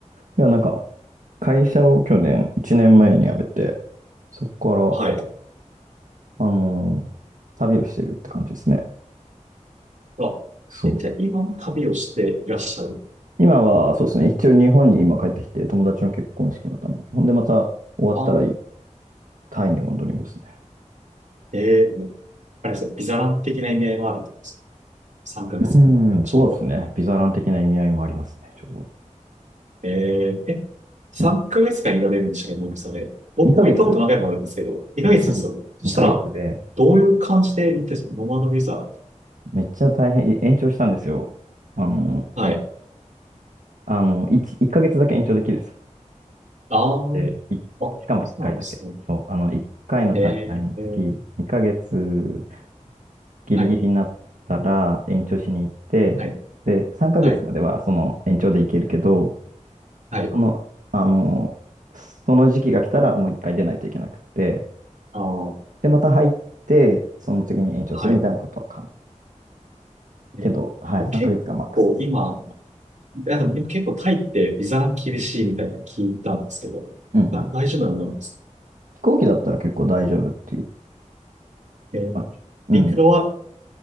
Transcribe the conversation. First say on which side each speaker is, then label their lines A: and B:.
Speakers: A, on the right (about 85°); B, on the right (about 65°).
A: いや、なんか、会社を去年、1年前に辞めて、そこか
B: はい。
A: ら、あのー旅をしてるって感じですね。
B: あ、
A: そう。
B: え、じゃあ今も旅をしていらっしゃる。
A: 今は、そうですね、一応日本に今帰ってきて、友達の結婚式のために。ほんで、また終わったら、
B: あ、
A: タイに戻りますね。
B: えー、もうあれですよ、ビザラン的な意味合いもあるんです。3ヶ月だったら、
A: うーん、
B: ちょうど。
A: そうですね。ビザラン的な意味合いもありますね、ちょうど。
B: えー、え、3ヶ月間いられるんでしたっけど、
A: うん。
B: 脳みそで。僕も行ったこと何回もあるんですけど、
A: 2ヶ月、
B: 2ヶ月ですよねそしたら、
A: 2ヶ月、2ヶ月で、
B: どういう感じで行ってノマドビザ。
A: めっちゃ大変、延長したんですよ。あの、
B: はい。
A: あの、1ヶ月だけ延長できるんです。
B: あー、
A: で、いしかも1回だけ。
B: あ、そうなんですね。
A: そう、あの、1回の滞在の月、
B: えー、えー
A: 2ヶ月ギリギリになったら延長しに行って、
B: はい、はい、
A: で、3ヶ月まではその延長で行けるけど、
B: はい、はい、
A: その、あの、その時期が来たらもう1回出ないといけなくて、
B: あー、
A: で、また入って、その次に延長するみたいなことは可能。
B: はい。ね、
A: けど、はい、
B: でも結構今、
A: 3ヶ月がマックスですね。
B: あでも結構タイってビザが厳しいみたいなの聞いたんですけど、
A: うんうん。
B: だ、大丈夫なのなんですか
A: 飛行機だったら結構大丈夫っていう
B: えー、
A: 感じ。うん。
B: ミクロは